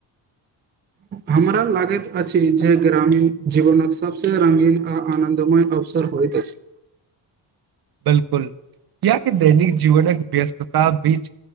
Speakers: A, on the right; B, on the right.
A: हमरा लागैत अछि जे ग्रामीण जीवनक सबस रंगीन आ आनंदमय अवसर सर होइत अछि
B: बिलकुल कियाकी दैनिक जीवनक व्यस्तता बीच